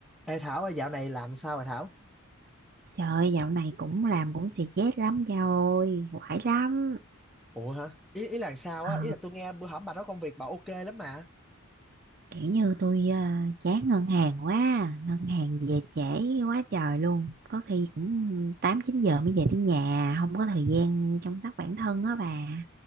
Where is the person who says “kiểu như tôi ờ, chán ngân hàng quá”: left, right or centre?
Right